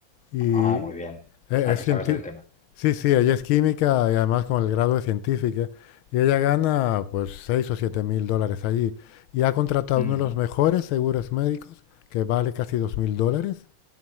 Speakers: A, on the left (about 85°); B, in the centre.
A: Y
B: Ah, muy
A: e-
B: bien.
A: es,
B: O sea, que sabes
A: cienti-
B: del tema.
A: Sí, sí, ella es química y además con el grado de científica. Y ella gana pues 6 o 7 mil dólares allí. Y ha contratado
B: Ujú.
A: uno de los mejores seguros médicos que vale casi dos mil dólares